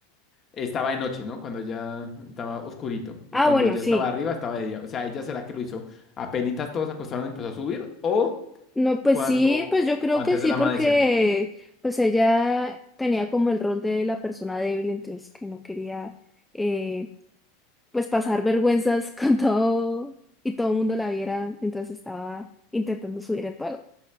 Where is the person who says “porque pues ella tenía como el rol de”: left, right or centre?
Centre